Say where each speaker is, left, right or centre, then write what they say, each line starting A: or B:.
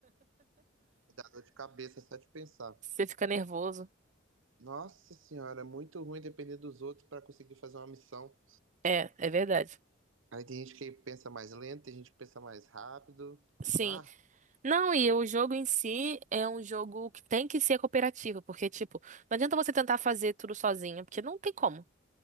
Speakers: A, on the right; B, on the right.
A: Me Dá dor de cabeça só de pensar.
B: Você fica nervoso.
A: Nossa senhora, é muito ruim depender dos outros pra conseguir fazer uma missão.
B: É, é verdade.
A: Aí tem gente que pensa mais lento, tem gente que pensa mais rápido.
B: Sim,
A: Ah,
B: Não, e o jogo em si é um jogo que tem que ser cooperativo, porque, tipo, não adianta você tentar fazer tudo sozinho, porque não tem como.